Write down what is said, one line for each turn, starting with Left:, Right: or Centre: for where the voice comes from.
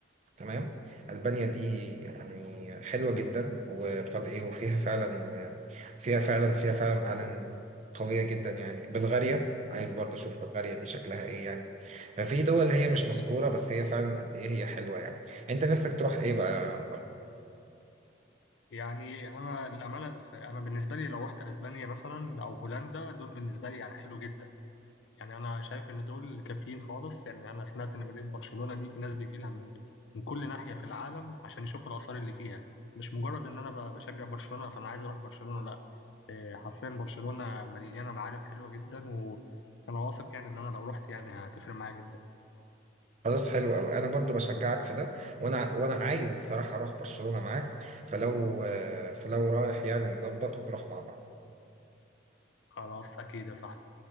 Right: تمام ألبانيا دي يعني حلوة جدا وابتدى إيه وفيها فعلا فيها فعلا فيها فعلا معالم قوية جدا يعني بلغاريا عايز برضه أشوف بلغاريا دي شكلها إيه يعني ففي دول هي مش مذكورة بس هي فعلا قد إيه هي حلوة يعني أنت نفسك تروح إيه بقى ماركو؟
Left: يعني أنا الأمانة ف- أنا بالنسبة لي لو رحت أسبانيا مثلا أو هولندا دول بالنسبة لي يعني حلو جدا يعني أنا شايف إن دول كافيين خالص يعني أنا سمعت إن مدينة برشلونة دي في ناس بيجي لها من من كل ناحية في العالم عشان يشوفوا الآثار اللي فيها مش مجرد إن أنا ب- بشجع برشلونة فأنا عايز أروح برشلونة لا آه، حرفيا برشلونة مليانة معارف حلوة جدا وأنا واثق يعني إن أنا لو رحت يعني هتفرق معايا جدا
Right: خلاص حلو قوي انا برضو بشجعك في ده وانا وانا عايز الصراحه اروح برشلونه معاك فلو فلو رايح يعني نظبط ونروح مع بعض
Left: خلاص أكيد يا صاحبي